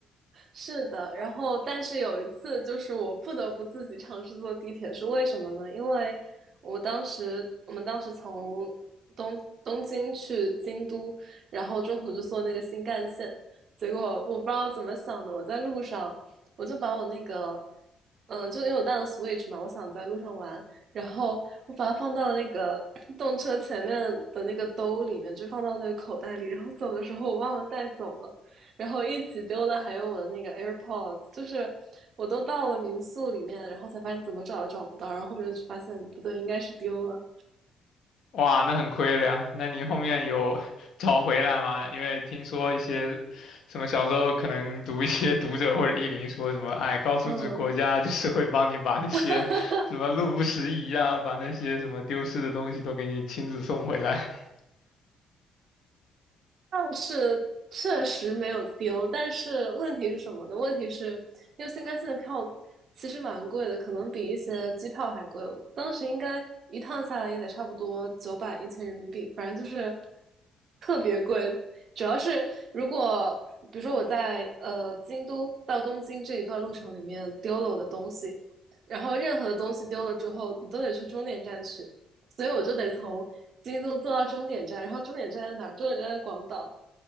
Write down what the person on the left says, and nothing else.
哇，那很亏了呀。那你后面有 <laughs> 找回来吗？因为听说一些什么小时候可能读一些 <laughs> 读者或者译林说什么，哎，高素质国家
<laughs> 就是会帮你把那些什么路不拾遗啊，
把那些什么丢失的东西都给你亲自送回来。<laughs>